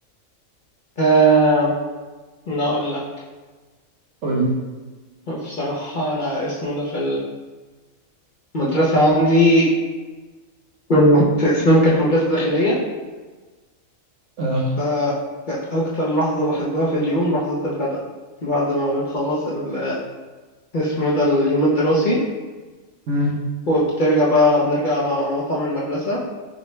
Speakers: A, on the left (about 45°); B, on the right (about 65°).
A: آه أنا أقول لك
B: قول لي
A: بصراحة أنا اسمه ده في المدرسة عندي كانت- اسمها كانت مدرسة داخلية
B: اه
A: فكانت أكتر لحظة بحبها في اليوم لحظة الغداء بعد ما بنخلص ال- اسمه ده اليوم الدراسي
B: امم
A: وبترجع بقى بنرجع على مطعم المدرسة